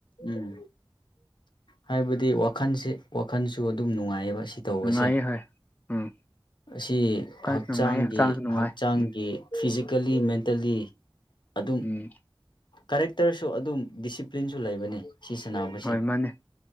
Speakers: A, on the left (about 60°); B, on the left (about 20°).
A: ꯎꯝ ꯍꯥꯏꯕꯗꯤ ꯋꯥꯈꯜꯁꯦ ꯋꯥꯈꯜꯁꯨ ꯑꯗꯨꯝ ꯅꯨꯡꯉꯥꯏꯑꯕ ꯁꯤ ꯇꯧꯕꯁꯦ
B: ꯅꯨꯡꯉꯥꯏꯌꯦ ꯍꯣꯏ ꯎꯝ
A: ꯑꯁꯤ
B: ꯀꯥꯟꯁꯨ
A: ꯍꯛꯆꯥꯡꯒꯤ
B: ꯅꯨꯡꯉꯥꯏꯌꯦ ꯍꯛꯆꯥꯡꯁꯨ ꯅꯨꯡꯉꯥꯏ
A: ꯍꯛꯆꯥꯡꯒꯤ
B: ꯎꯝ
A: ꯐꯤꯖꯤꯀꯦꯜꯂꯤ ꯃꯦꯟꯇꯦꯜꯂꯤ ꯑꯗꯨꯝ
B: ꯎꯝ
A: ꯀꯔꯦꯛꯇꯔꯁꯨ ꯑꯗꯨꯝ ꯗꯤꯁꯤꯄ꯭ꯂꯤꯟꯁꯨ ꯂꯩꯕꯅꯤ ꯁꯤ ꯁꯥꯟꯅꯕꯁꯦ
B: ꯍꯣꯏ ꯃꯥꯅꯦ